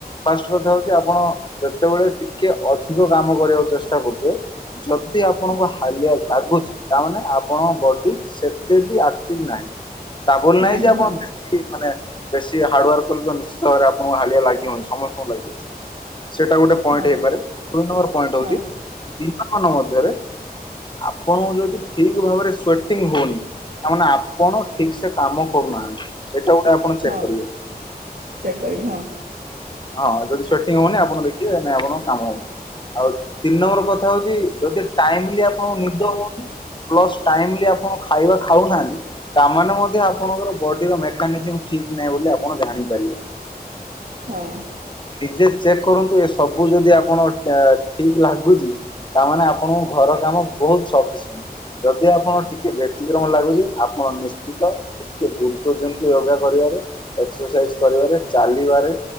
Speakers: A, on the left (about 30°); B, on the right (about 60°).
A: ଫାଷ୍ଟ କଥା ହଉଛି ଆପଣ ଯେତେବେଳେ ଟିକେ ଅଧିକ କାମ କରିବାକୁ ଚେଷ୍ଟା କରୁ ଯଦି ଆପଣଙ୍କୁ
B: ହଁ
A: ହାଲିଆ ଲାଗୁଛି ତାମାନେ ଆପଣଙ୍କ ବଡି ସେତେ ବି ଆକ୍ଟିଭ ନାହିଁ। ତା ବୋଲି ନାଇଁ
B: ନାହିଁ
A: ଯେ ଆପଣ
B: ହଁ
A: ବେଶି ମାନେ ବେଶୀ ହାର୍ଡୱାର୍ ନିଶ୍ଚତ ଭାବେ ଆପଣଙ୍କୁ ହାଲିଆ ଲାଗେ ହଁ ସମସ୍ତଙ୍କୁ ଲାଗିବ। ସେଇଟା ଗୋଟେ ପଏଣ୍ଟ
B: ହଁ
A: ହେଇପାରେ ଦୁଇ ନମ୍ବର ପଏଣ୍ଟ ହଉଛି।
B: ହଁ
A: ଦିନ ମାନ ମଧ୍ୟରେ ଆପଣଙ୍କୁ ଯଦି ଠିକ ଭାବରେ ସ୍ୱର୍ଟିଂ ହୁଅନି। ତା ମାନେ ଆପଣ ଠିକ ସେ କାମ କରୁନାହାନ୍ତି ଏଇଟା ଗୋଟେ ଆପଣ ଚେକ
B: ହଁ
A: କରିବେ
B: ଚେକ୍ କରିବି ହଁ
A: ହଁ ଯଦି ସେଟିଂ ହଉନି ଆପଣ ଦେ କିଏ ଜାଣି ଆପଣଙ୍କ କାମ ଆଉ ତିନ ନମ୍ବର ନ କଥା ହଉଛି ଯଦି ଟାଇମିଲ୍ ଆପଣଙ୍କୁ ନିଦ ହଉନି ପ୍ଲସ ଟାଇମିଲ୍ ଆପଣ ଖା ଖାଇବା ଖାଉନାହାନ୍ତି ତାମାନେ ମଧ୍ୟ ଆପଣଙ୍କର ବଡିର ମେକାନିଜିମ୍ ଠିକ ନାହିଁ ବୋଲି ଆପଣ ଜାଣିପାରିବେ।
B: ହଁ।
A: ନିଜେ ଚେକ୍ କରନ୍ତୁ ଏସ୍ ସବୁ ଯଦି ଆପଣ ଏ ଠିକ ଲାଗୁଛି ତ ତାମାନେ ଆପଣଙ୍କ ଘର କାମ ବହୁତ ସଫିସେଣ୍ଟ ଯଦି ଆପଣ ଟିକେ ବେଦି ତେ ଲାଗୁଛି ଆପଣ ନିଶ୍ଚି ତ ଟିକେ ଗୁରୁତ୍ଵ ଦିଅନ୍ତୁ ୟୋଗା କରିବାରେ, ଏକ୍ସରସାଇଜ କରିବାରେ, ଚାଲିବାରେ